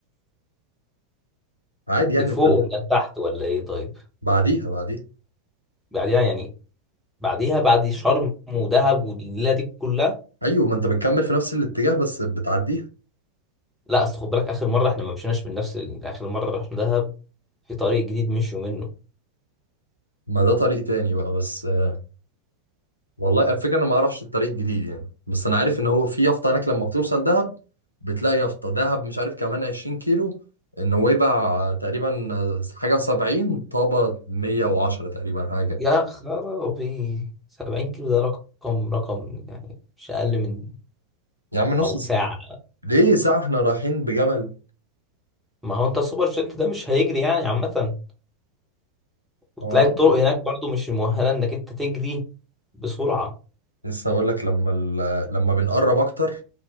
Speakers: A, on the left; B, in the centre.
A: عادي يعني
B: لفوق
A: أنت
B: ولا لتحت ولا ايه طيب
A: بعديها بعديها
B: بعديها يعني بعديها بعد شرم ودهب والليله دي كلها
A: ايوه ما انت بتكمل في نفس الاتجاه بس بتعديها
B: لا اصل خد بالك اخر مره احنا ما مشيناش من نفس ال- اخر مره رحنا دهب في طريق جديد مشوا منه
A: ما ده طريق تاني بقى بس آه، والله الفكره انا ما اعرفش الطريق الجديد يعني بس انا عارف ان هو في يافطه هناك لما بتوصل دهب بتلاقي يافطه دهب مش عارف كمان 20 كيلو النويبع تقريبا آه، حاجه 70 طابه 110 تقريبا حاجه كده.
B: يا خرابي 70 كيلو ده رقم رقم يعني مش اقل من
A: يا عم نص ساعه
B: ساعه
A: ليه ساعه احنا رايحين بجمل
B: ما هو انت السوبر جيت ده مش هيجري يعني عامة وتلاقي
A: هو نقطة
B: الطرق هناك برضو مش مؤهلة انك انت تجري بسرعة
A: لسه هقول لك لما ال... لما بنقرب اكتر